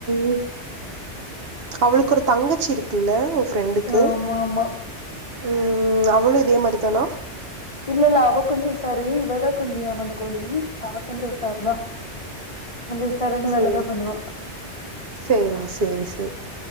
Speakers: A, on the right; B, on the left.
A: ம் அவளுக்கு ஒரு தங்கச்சி இருக்குல்ல ஃப்ரெண்டுக்கு
B: ஆமா ஆமா
A: ம் ம் அவளு இதே மாதிரி தானா
B: இல்ல இல்ல அவ கொஞ்சோ செரி இவதா கொஞ்சோ ஏமாந்த கோழி அவ கொஞ்சோ உசார்தா கொஞ்சோ உசாரனா
A: சேரி
B: வேலதா பண்ணுவா
A: சேரி சேரி சேரி